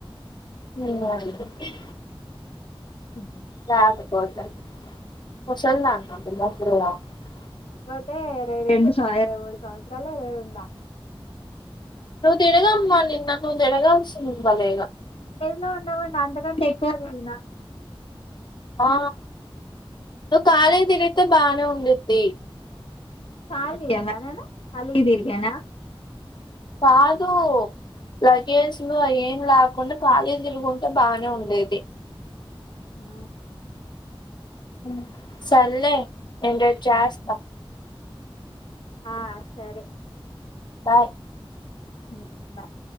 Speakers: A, on the left; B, on the left.
A: ఉమ్మ్ వాళ్ళని కొట్టి <unintelligible>
B: ఉ హుమ్మ్ <unintelligible>
A: లేకపోతే ముసలిదానంట ముసలిదని <unintelligible>
B: అంతే ఇరవై రెండు <unintelligible> మూడు సంవత్సరాలే నేను ఉండా
A: నువ్వు తిరుగమ్మ నిన్న నువ్వు తిరగాల్సింది బలేగా
B: నో నో న అంతకంటే ఎక్కువ తిరిగిన
A: ఆ నువ్వు ఖాళీగా తిరిగితే బానే ఉండుద్ది
B: కాళియ నేను ఖాళీగా తిరిగానా
A: కాదు లగేజ్ లు అయ్యి ఏం లేకుం కుండ ఖాళీ తిరుగుంటే బానే ఉండేది
B: ఆహా
A: హా సర్లే నేను రేపు చేస్తా
B: ఆ సరే
A: బాయ్
B: ఉం బాయ్